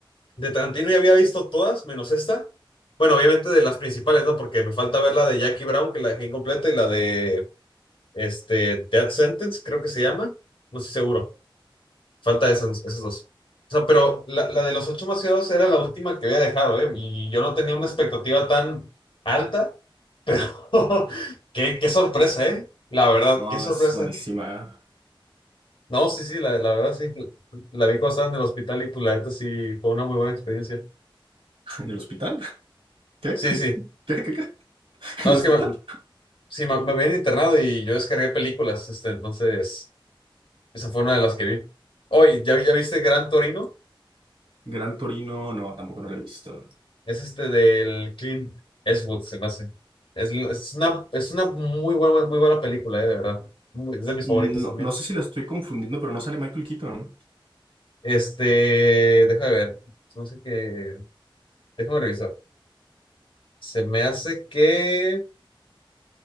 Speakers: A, on the left; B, on the right.
A: de Tarantino ya había visto todas, menos esta. Bueno, obviamente de las principales, ¿no? Porque me falta ver la de Jackie Brown, que la dejé incompleta, y la de, este, Death Sentence, creo que se llama. No estoy seguro. Falta esos, esos dos. O sea, pero la, la de los ocho macieros era la última que había dejado, ¿eh? Y yo no tenía una expectativa tan alta. <laughs> Qué, qué sorpresa, ¿eh? La verdad,
B: No,
A: qué sorpresa.
B: es buenísima.
A: No, sí, sí, la, la verdad sí. La vi cuando estaba en el hospital y pues la neta sí fue una muy buena experiencia.
B: <laughs> ¿En el hospital? <laughs> ¿Qué?
A: Sí,
B: ¿Qué,
A: sí.
B: qué, qué? <laughs>
A: No,
B: ¿En
A: es
B: el hospital?
A: que me, sí, me, me habían internado y yo descargué películas, este, entonces esa fue una de las que vi. Oye, ¿ya, vi- ya viste Gran Torino?
B: Gran Torino, no, tampoco no la he visto.
A: Es este del Clint Eastwood, se me hace. Es, es una, es una muy buena, muy buena película, eh, de verdad. Muy- es de mis
B: No,
A: favoritos también.
B: no sé si la estoy confundiendo, pero no sale Michael Keaton.
A: Este, déjame ver. Se me hace que. Déjame revisar. Se me hace que.